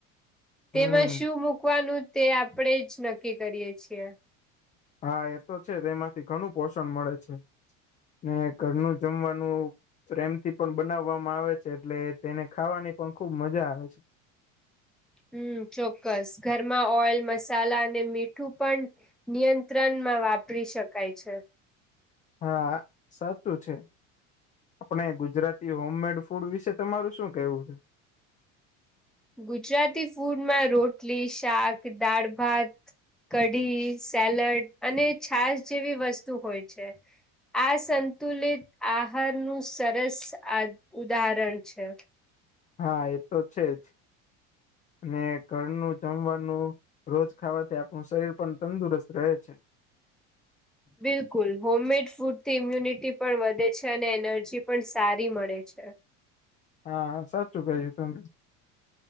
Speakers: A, on the left (about 20°); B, in the centre.
A: હમ
B: તેમાં શું મુકવાનું તે, આપણેે જ નક્કી કરીયે છીએ.
A: હા એ તો છે, તે માંથી ઘણું પોષણ મળે છે ને ઘરનું જમવાનું પ્રેમથી પણ બનાવવામાં આવે છે એટલે તેને ખાવાની પણ ખુબ મજા આવે છે.
B: હમ્મ, ચોક્કસ. ઘરમાં ઓઇલ, મસાલા અને મીઠું પન નિયંત્રનમાં વાપરી શકાય છે.
A: હાઆ, સાચું છે. આપણે ગુજરાતી હોમમેડ ફૂડ વિશે તમારું શું કેવું છે?
B: ગુજરાતી ફૂડમાં રોટલી, શાક, દાળ-ભાત.... કઢી, સેલડ અને છાસ જેવી વસ્તુ હોય છે. આ સંતુલિત આહાર નું સરસ આ ઉદારણ છે.
A: હા, એ તો છે જ ને ઘરનું જમવાનું રોજ ખાવાથી આપણું શરીર પણ તંદુરસ્ત રહે છે. <inaudible>
B: બિલકુલ હોમમેડ ફૂડ થી ઇમ્યુનિટી પણ વધે છે, અને એનર્જી પણ સારી મળે છે.
A: હા સાચું કહ્યું તમે,